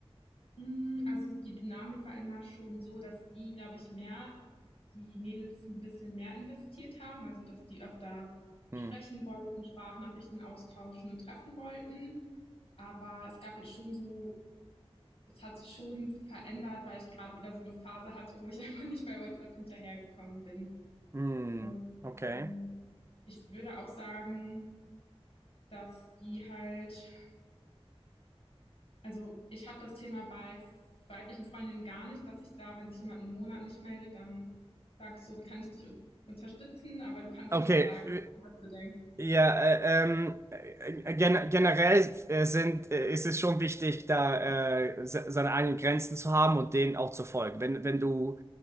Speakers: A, on the left; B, on the right.
A: Hm, also die Dynamik war immer schon so, dass die, glaube ich, mehr die Mädels ein bisschen mehr investiert haben, also, dass die öfter
B: Hm.
A: sprechen wollten, Sprachnachrichten austauschen und treffen wollten. Aber es gab jetzt schon so es hat sich schon verändert, weil ich gerade wieder so eine Phase hatte, wo ich <laughs> einfach nicht bei WhatsApp hinterhergekommen bin.
B: Hm.
A: Und,
B: Okay.
A: hm, ich würde auch sagen, dass die halt Also ich habe das Thema bei weiblichen Freundinnen gar nicht, dass ich da, wenn sich jemand einen Monat nicht meldet, dann sage ich so, wie kann ich dich un unterstützen? Aber du kannst
B: Okay.
A: ja mal sagen,
B: äh,
A: was du denkst.
B: Ja, äh, ähm, äh, gen generell äh, sind, äh, ist es schon wichtig, da äh, se seine eigenen Grenzen zu haben und denen auch zu folgen. Wenn, wenn du